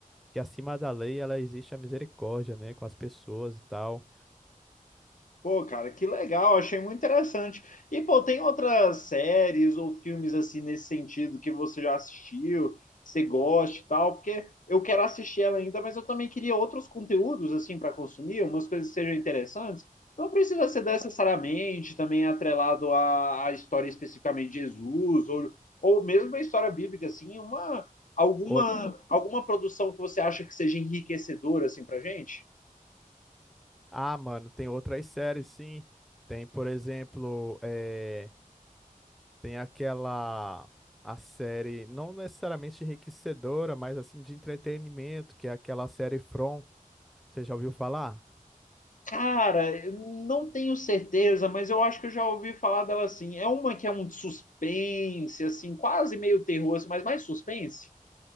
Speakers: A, in the centre; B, on the left (about 65°).
A: Que acima da lei, ela existe a misericórdia, né? Com as pessoas e tal.
B: Pô, cara, que legal, achei muito interessante. E, pô, tem outras séries ou filmes assim nesse sentido que você já assistiu, que você gosta e tal? Porque eu quero assistir ela ainda, mas eu também queria outros conteúdos assim para consumir, umas coisas que sejam interessantes. Não precisa ser necessariamente também atrelado à, à história especificamente de Jesus ou, ou mesmo a história bíblica, assim, uma alguma
A: Out...
B: alguma produção que você acha que seja enriquecedora assim pra gente?
A: Ah, mano, tem outras séries, sim. Tem, por exemplo, eh, tem aquela... A série, não necessariamente enriquecedora, mas assim, de entretenimento, que é aquela série From. Você já ouviu falar?
B: Cara, eu não tenho certeza, mas eu acho que eu já ouvi falar dela assim. É uma que é um suspense, assim, quase meio terror, assim, mas mais suspense.